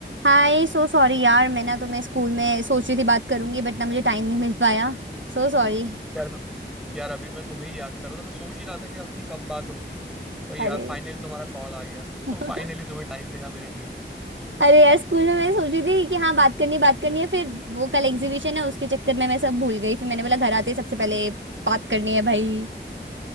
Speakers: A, on the right (about 85°); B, in the centre.
A: हाय so sorry यार मैं ना तुम्हें स्कूल में सोच रही थी बात करूंगी बट ना मुझे टाइम नहीं मिल पाया So sorry
B: यार यार अभी मैं तुम्हें ही याद कर रहा था मैं सोच ही रहा था कि अपनी कब बात होगी वही
A: अरे
B: यार फाइनली तुम्हारा कॉल आ गया
A: <laughs>
B: तो फाइनली तुम्हें टाइम मिला मेरे लिए
A: अरे यार स्कूल में मैं सोच रही थी कि हाँ बात करनी बात करनी है फिर वो कल एग्जीबिशन है उसके चक्कर में मैं सब भूल गई फिर मैंने बोला घर आते ही सबसे पहले बात करनी है भाई